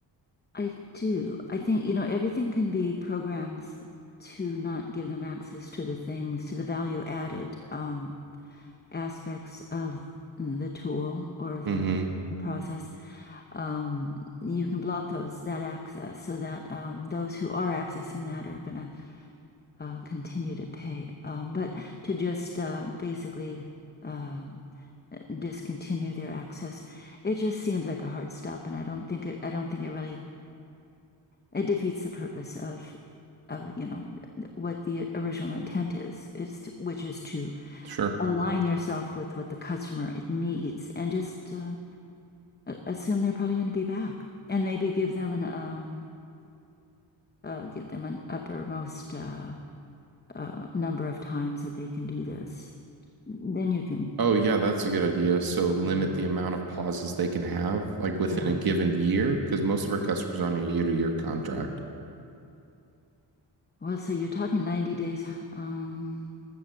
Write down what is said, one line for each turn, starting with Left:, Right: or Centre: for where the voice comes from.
Left: I do. I think, you know, everything can be programs to not give them access to the things, to the value added um, aspects of the tool or the
Right: hmm
Left: the process. Um, you can block those that access so that um, those who are accessing that are going to uh, continue to pay. Um, but to just uh, basically uh, discontinue their access. It just seems like a hard stop, and I don't think it. I don't think it really it defeats the purpose of of you know what the original intent is. It's to, which is to
Right: Sure.
Left: align yourself with what the customer needs, and just uh, assume they're probably going to be back, and maybe give them an um uh, give them an uppermost uh, uh, number of times that they can do this. Then you can,
Right: Oh, yeah, that's a good idea. So limit
Left: you know,
Right: the amount of pauses they can have, like within
Left: yeah.
Right: a given year, because most of our customers are on a year-to-year contract.
Left: Well, so you're talking 90 days. Um,